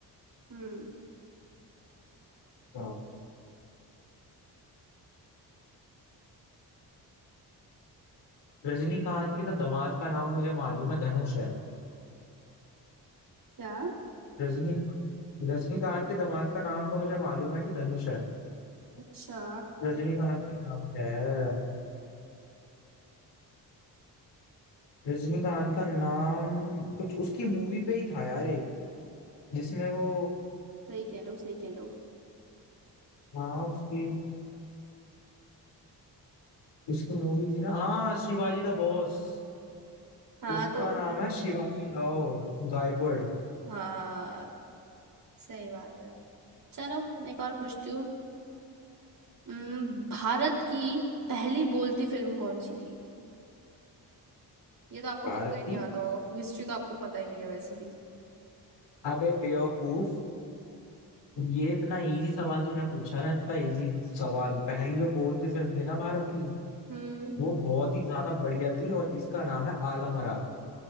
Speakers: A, on the right; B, on the left.
A: हम्म
B: सिनेमा रजनीकांत के तो दामाद का नाम मुझे मालूम है धनुष है
A: क्या
B: रजनीकांत रजनीकांत के दामाद का नाम तो मुझे मालूम है कि धनुष है
A: अच्छा
B: रजनीकांत का नाम क्या है रजनीकांत का नाम कुछ उसकी मूवी पे ही था यार एक जिसमें वो
A: सही कह रहे हो सही कह रहे हो
B: हाँ उसकी उसकी मूवी थी ना हाँ शिवाजी द बॉस
A: हाँ
B: उसका
A: तो
B: नाम है शिवाजी राव गायकवाड़
A: हाँ सही बात है चलो एक और पूछती हूँ उम्म, भारत की पहली बोलती फिल्म कौन सी थी ये तो आपको
B: भारत
A: पक्का ही नहीं
B: की
A: आता होगा हिस्ट्री तो आपको पता ही नहीं है वैसे भी
B: अबे बेवकूफ ये इतना इजी सवाल तूने पूछा ना इतना इजी सवाल पहली जो बोलती फिल्म थी ना भारत की
A: हम्म
B: वो बहुत ही ज्यादा बढ़िया थी और इसका नाम है आलम आरा